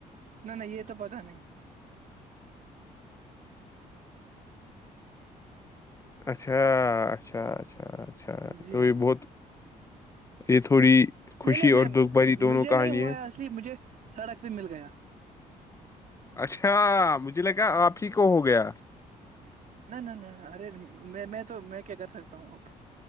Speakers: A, on the right; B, on the left.
A: نہ نہ یہ تو پتا نہیں
B: اچھا اچھا اچھا اچھا اچھا
A: جی
B: تو
A: ہاں
B: یہ بہت یہ تھوڑی
A: نہیں
B: خوشی
A: نہیں میں
B: اور دکھ بھری دونوں
A: مجھے
B: کہانی
A: نہیں ہوا
B: ہے
A: اس لیے مجھے سڑک پہ مل گیا
B: اچھا مجھ ج لگا آپ ہی کو ہو گیا
A: نہ نہ نہ ارے میں میں تو میں کیا کر سکتا ہوں اب